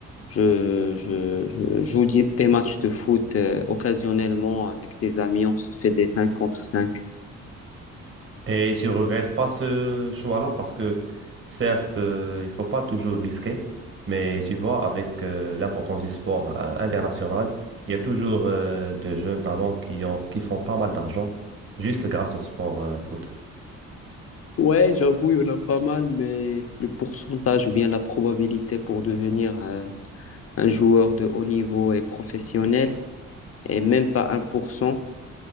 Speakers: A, on the left; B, on the right.
A: je, je- je joue di- des matchs de foot euh, occasionnellement avec des amis. On se fait des 5 contre 5.
B: Et tu regrettes pas ce choix-là parce que certes, euh, il faut pas toujours risquer, mais tu vois, avec euh, l'importance du sport euh, international, il y a toujours euh, de jeunes talents qui ont, qui font pas mal d'argent juste grâce au sport euh, foot.
A: Ouais, j'avoue, il y en a pas mal, mais le pourcentage ou bien la probabilité pour devenir euh, un joueur de haut niveau et professionnel est même pas un pour cent.